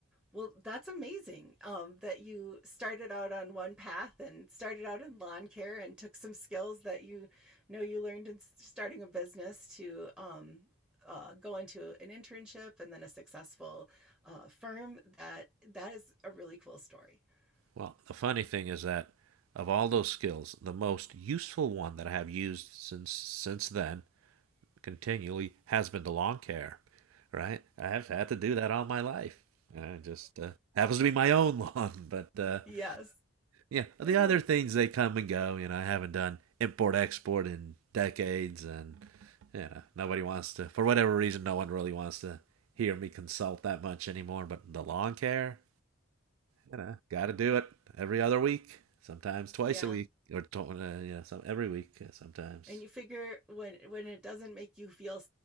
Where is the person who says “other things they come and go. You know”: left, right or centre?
Right